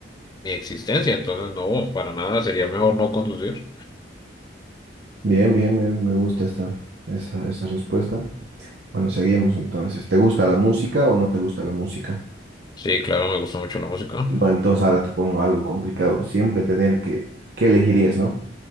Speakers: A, on the left; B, on the right.
A: mi existencia. Entonces, no, para nada, sería mejor no conducir.
B: Bien, bien, me, me gusta esta, esa, esa respuesta. Bueno, seguimos entonces. ¿Te gusta la música o no te gusta la música?
A: Sí, claro, me gusta mucho la música.
B: Bueno, entonces ahora te pongo algo complicado. Siempre tener que, ¿qué elegirías, no?